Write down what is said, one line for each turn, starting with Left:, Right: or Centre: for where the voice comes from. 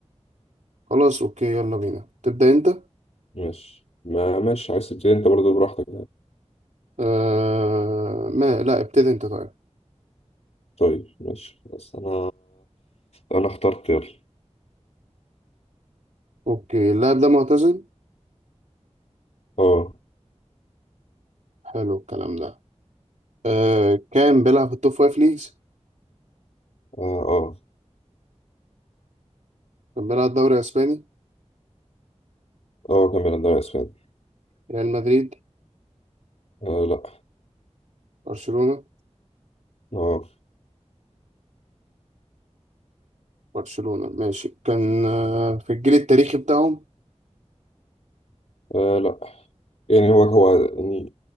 Right: خلاص أوكي يلا بينا تبدأ أنت؟
Left: ماشي ما ماشي عايز تبتدي انت برضه براحتك
Right: آه ما لا ابتدي انت طيب
Left: طيب ماشي بس انا انا اخترت يلا
Right: اوكي اللاعب ده معتزل
Left: اه
Right: حلو الكلام ده آه كان بيلعب في التوب فايف ليجز
Left: اه اه
Right: كان بيلعب الدوري الاسباني
Left: اه كان بيلعب دوري اسباني
Right: ريال مدريد
Left: آه لا
Right: برشلونة
Left: اه
Right: برشلونة ماشي كان آه في الجيل التاريخي بتاعهم
Left: آه لا يعني هو هو يعني